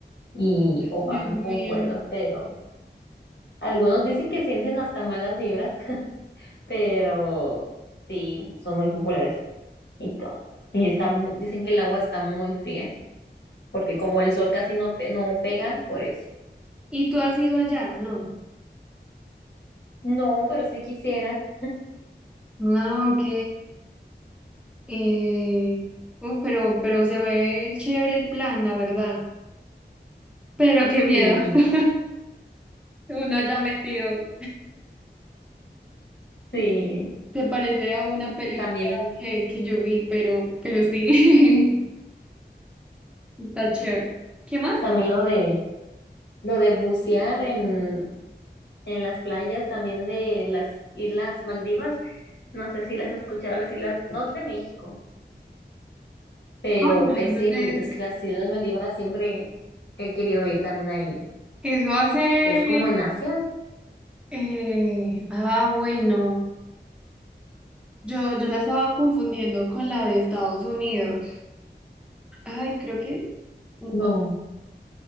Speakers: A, on the left; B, in the centre.
A: y o
B: Dios
A: bajan
B: mío.
A: con cuerdas, pero Algunos dicen que sienten hasta malas vibras, <laughs> pero sí, son muy populares y todo. Y está, mu- dicen que el agua está muy fría, porque como el sol casi no, pe- no pega, por eso.
B: ¿Y tú has ido allá? No.
A: No, pero sí quisiera.
B: Ah, ok. Eh, uh, pero, pero se ve chévere el plan, la verdad. Pero qué miedo.
A: Sí,
B: <laughs> Uno haya metido.
A: sí.
B: Se parece a una película
A: También,
B: que, que yo vi, pero, pero sí. <laughs> Está chévere. ¿Qué más?
A: también lo de, lo de bucear en, en las playas, también de las Islas Maldivas. No sé si las has escuchado, las islas, no es de México. pero
B: Ah, bueno,
A: ese,
B: Eso, de-
A: lu- es las Islas Maldivas siempre he querido ir también ahí,
B: eso hace.
A: que es como en Asia.
B: eh, ah, bueno. Yo, yo la estaba confundiendo con la de Estados Unidos. Ay, creo que. u-
A: No,
B: o-